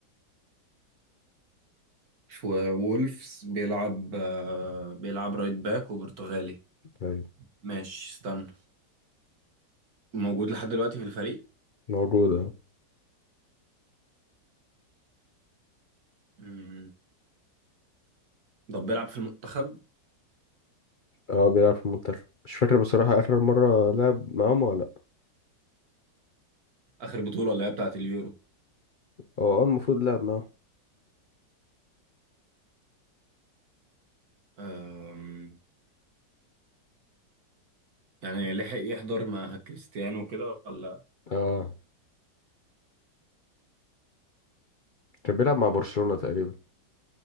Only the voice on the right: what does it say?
وولفز بيلعب آه، بيلعب رايت باك وبرتغالي
ماشي استنى موجود لحد دلوقتي في الفريق
مم. طب بيلعب في المنتخب
آخر بطولة اللي هي بتاعة اليورو
أم. يعني لحق يحضر مع كريستيانو كده ولا